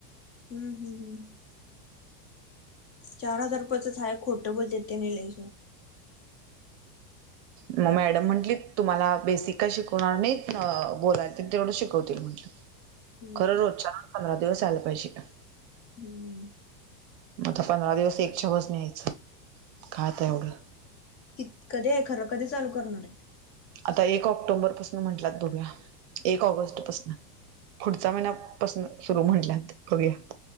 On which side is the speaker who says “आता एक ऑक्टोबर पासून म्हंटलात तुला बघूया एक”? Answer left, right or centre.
Right